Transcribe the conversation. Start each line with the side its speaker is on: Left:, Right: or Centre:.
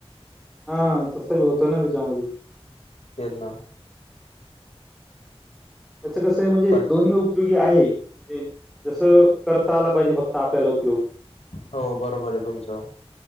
Centre: हा तसं बी होतं ना त्याच्यामध्ये
Left: ये ना
Centre: त्याचं कसं आहे म्हणजे
Left: पण
Centre: दोन्ही उपयोगी आहे. म्हणजे जस करता आला पाहिजे फक्त आपल्याला उपयोग.
Left: हो बरोबर आहे तुमचं